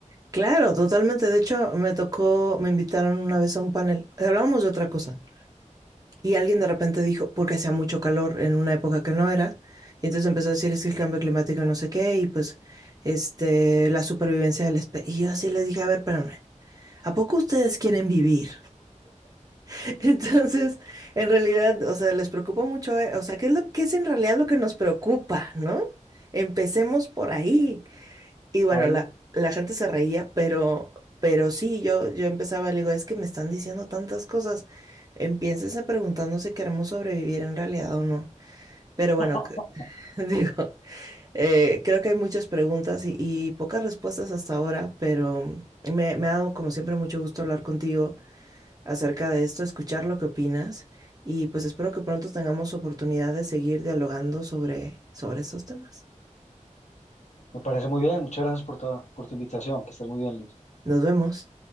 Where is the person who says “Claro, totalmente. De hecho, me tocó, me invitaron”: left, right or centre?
Right